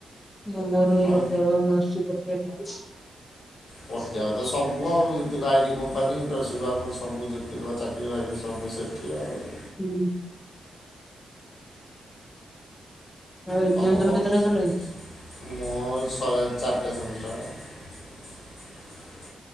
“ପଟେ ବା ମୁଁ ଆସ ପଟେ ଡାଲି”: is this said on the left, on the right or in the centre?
Left